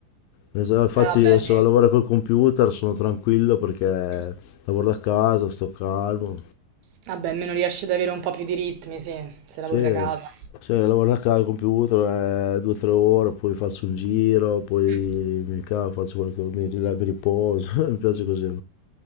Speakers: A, on the left; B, on the right.
A: Adesso- Infatti
B: Eh, vabbè,
A: adesso
B: sì.
A: lavoro col computer, sono tranquillo perché
B: Mm.
A: lavoro da casa, sto calmo.
B: Vabbè, almeno riesci ad avere un po' più di ritmi, sì, se
A: Sì,
B: lavori da casa.
A: sì, lavoro da casa al computer, eh, due o tre ore, poi faccio un giro, poi
B: Mm.
A: mi cavo, faccio quello che mi, rila- mi riposo, <laughs> mi piace così.